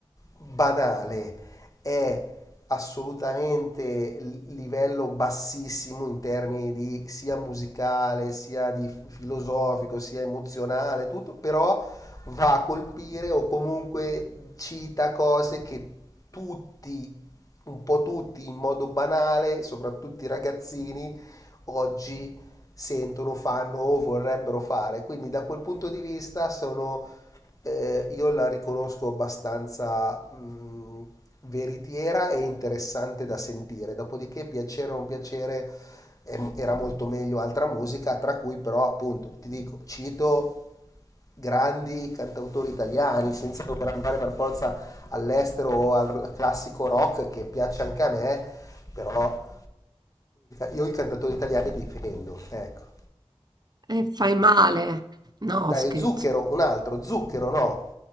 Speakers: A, on the left; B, on the right.
A: banale, è assolutamente l- livello bassissimo in termini di sia musicale, sia di filosofico, sia emozionale, tutto, però va a colpire o comunque cita cose che tutti, un po' tutti in modo banale, soprattutto i ragazzini, oggi sentono, fanno o vorrebbero fare. Quindi da quel punto di vista sono eh, io la riconosco abbastanza mh, veritiera e interessante da sentire. Dopodiché, piacere o non piacere, eh, era molto meglio altra musica, tra cui però, appunto, ti dico, cito grandi cantautori italiani, senza dover andare per forza all'estero o al classico rock che piace anche a me, però io i cantatori italiani difendo, ecco.
B: e fai male. No,
A: Dai,
B: scherzo.
A: Zucchero, un altro, Zucchero no.